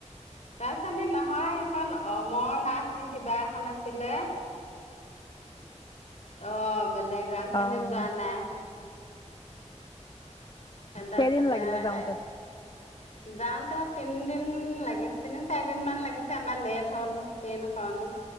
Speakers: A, on the left (about 65°); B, on the left (about 35°).
A: ৰাজধানী নহয়, সেইখন অমৰা নাচ নে কিবা এখন আছিলে। অ' বেলেগ ৰাজধানীত
B: অ',
A: যোৱা নাই। এ, তাৰপিছতে,
B: কেইদিন লাগিলে যাওঁতে?
A: এ। যাওঁতে তিনিদিন লাগিল, তিনি-চাৰি দিন মান লাগিছে, আমাৰ লেট হ'ল ট্ৰেইনখন।